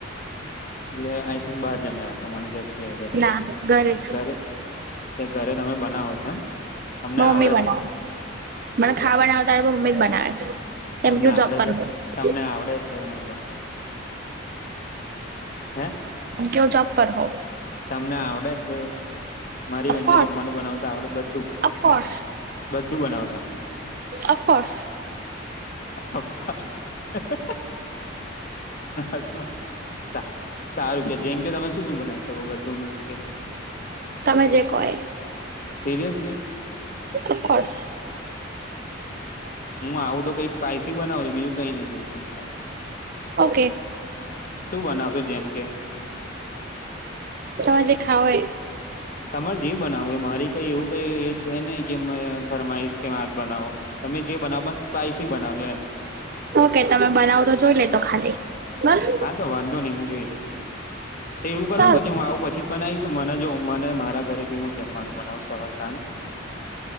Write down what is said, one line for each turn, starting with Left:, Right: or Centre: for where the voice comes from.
Left: એટલે આઈ થિંક બાર જમ્યા હશો મને જ્યાં સુધી આઈડિયા છે
Right: ના
Left: ત્યાં સુધી
Right: જ
Left: ઘરે. તે ઘરે તમે બનાવો છો એમ, તમને
Right: મમ્મી
Left: આવડે
Right: બનાવે
Left: છે.
Right: મને ખાવા બનાવ ત્યારે મારા મમ્મી જ બનાવે છે. કેમ
Left: તમને
Right: કે હું
Left: આવડે
Right: જોબ પર
Left: છે
Right: હોઉ કેમ
Left: તમને આવડે છે એમ કો? હે?
Right: કે હું કરો જોપ પર હોવુ.
Left: તમને આવડે છે? મારી
Right: અફકોર્સ
Left: બેનને જમવાનું બનાવતા આવડે બધું.
Right: અફકોર્સ
Left: બધું બનાવતા.
Right: અફકોર્સ
Left: <unintelligible> અ હ હસવા-સા <unintelligible> સારું કે જેમ કે તમે શું શું બનાવી શકો બધું મીસ કે?
Right: તમે જે કો‌એ.
Left: સિરિયસલી?
Right: ઓફકોર્સ. <inaudible>
Left: હું આવું તો કઈ સ્પાઈસી બનાવો જો બીજું કઈ નઈ જોવું તું મારે
Right: ઓકે.
Left: -શું બનાવ્યું જેમ કે??
Right: -તમે જે ખાવું હોય એ.
Left: તમારે જે બનાવું મારી કઈ એવું કઈ એ છે નહી કે મ ફરમાઈશ કે આ જ બનાવો. તમે જે બનાવો એ પણ સ્પાઈસી બનાવજો એમ
Right: ઓકે તમે બનાવો તો જોઈ લેજો ખાલી બસ
Left: હા તો વાંધો નહી હું જોઈ લઈશ -તે એવું કરો
Right: સારું
Left: ને પછી હું આવું પછી બનાવીશું મને જો મને મારા ઘરે બી હું જમવાનું બનાવું સવાર સાંજ